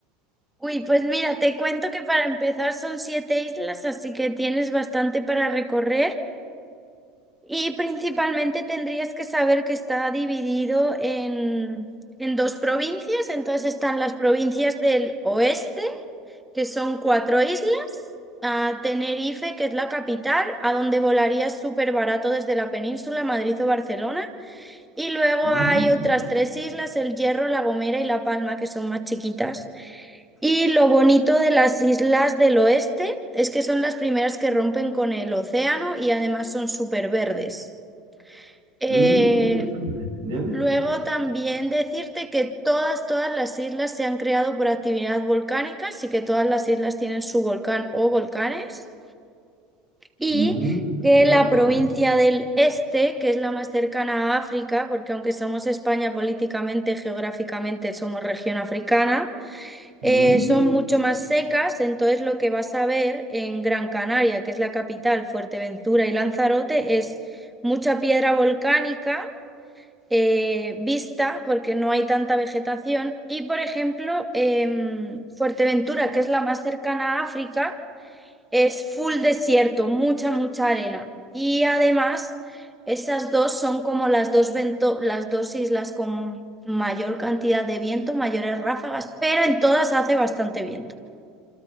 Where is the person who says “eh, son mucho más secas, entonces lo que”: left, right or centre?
Centre